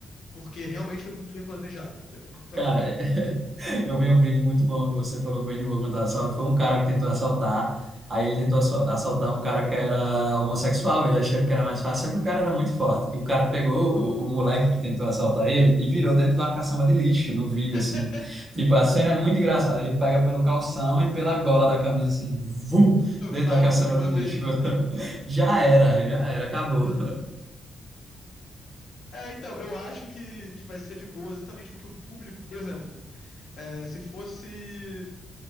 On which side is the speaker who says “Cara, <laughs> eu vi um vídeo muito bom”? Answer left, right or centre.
Right